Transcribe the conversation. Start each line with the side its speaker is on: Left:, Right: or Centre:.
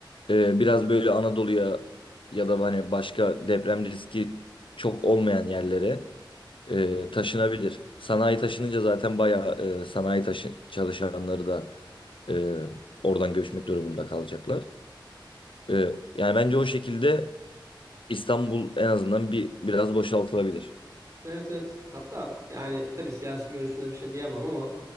Left: e, biraz böyle Anadolu'ya ya da hani başka deprem riski çok olmayan yerlere e, taşınabilir. Sanayi taşınınca zaten bayağı e, sanayi taşı çalışanları da e, oradan göçmek durumunda kalacaklar. E, yani bence o şekilde İstanbul en azından bir biraz boşaltılabilir.
Right: Evet evet. Hatta yani tabii siyasi görüşüne bir şey diyemem ama